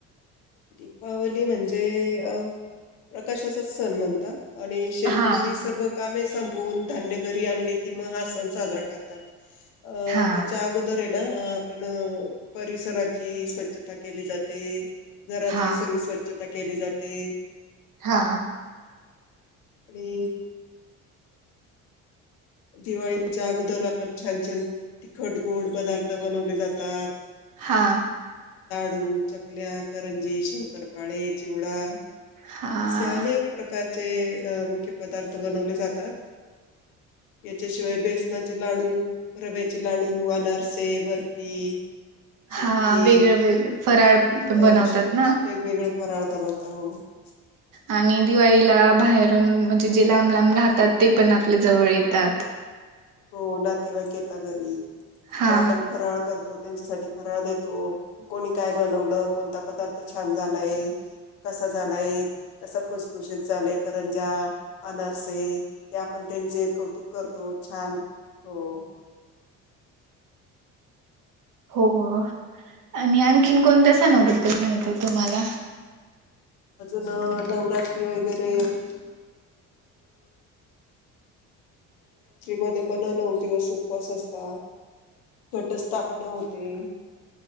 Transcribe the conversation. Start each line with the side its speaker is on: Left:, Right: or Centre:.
Left: दीपावली म्हणजे अ प्रकाशाचाच सण म्हणताात आणि शेतकरी
Right: हा
Left: सर्व कामेच संपवून धान्य घरी आणले कि म हा सण साजरा करतात अ
Right: हा
Left: त्याच्या अगोदर आहे ना पण परिसराची स्वच्छता केली जाते घरातली
Right: हा
Left: सगळी स्वच्छ केली जाते
Right: हा
Left: अडी दिवाळीच्या अगोदर आपण छान छान तिखट गोड पदार्थ बनवले जातात
Right: हा
Left: डू चकल्या करंजी शंकरपाळे चिवडा
Right: हा हा
Left: असे अनेक प्रकार मुख्य पदार्थ बनवले जातात? याच्याशिवाय बेसनाचे लाडू, रव्याचे लाडू, अनारसे, बर्फी. चिक्की
Right: हा वेगळे वेगळे फराळ पण
Left: अ
Right: बनवतात
Left: असे
Right: ना.?
Left: वेगवेगळे <unintelligible>
Right: आणि दिवाळीला बाहेरून म्हणजे जे लांब लांब राहतात ते पण आपल्या जवळ येतात.
Left: हो नातेवाईक येता घरी.
Right: हा
Left: मग आपण फराळ करतो- त्यांच्यासाठी फराळ देतो कोणी काय बनवलं कोणता पदार्थ छान झालाय कसा, झालाय कसाई, खुसखुशीत झालय, करंजा, अनारसे ते आपण त्यांचे कौतुक कर तो,. छान हो-
Right: हो आणि आणखीन कोणत्या सनाबद्दल माहित आहे तुम्हाला?
Left: अजून नवरात्री वगैरे? <unintelligible> <unintelligible> मध्ये पण नऊ दिवस. उपवास असत, घटस्थापन होते-